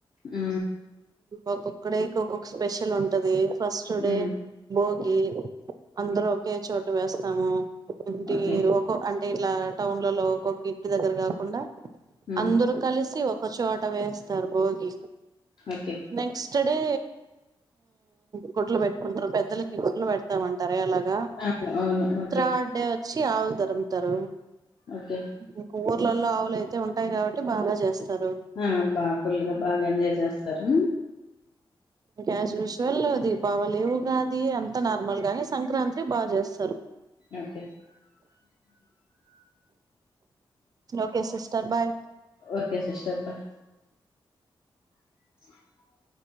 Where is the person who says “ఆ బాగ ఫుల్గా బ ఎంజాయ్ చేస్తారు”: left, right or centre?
Left